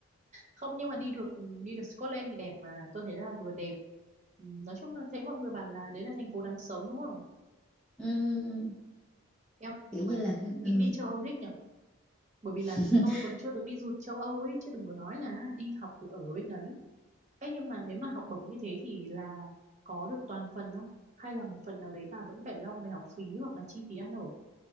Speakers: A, on the right (about 35°); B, in the centre.
A: không nhưng mà đi được đi được Scotland thì đẹp mà tôi thấy là vừa đẹp Ừ, nói chung là thấy mọi người bảo là đấy là thành phố đáng sống đúng không
B: Ừ.
A: Em nhưng
B: kiểu như
A: mà
B: là
A: nghĩ
B: ừ.
A: đi châu Âu thích nhở Bởi vì
B: <laughs>
A: là tôi còn chưa được đi du lịch châu Âu ấy chứ đừng có nói là đi học thì ở bên đấy. Ê nhưng mà nếu mà học bổng như thế thì là có được toàn phần không? Hay là một phần nào đấy bà vẫn phải lo về học phí hoặc là chi phí ăn ở?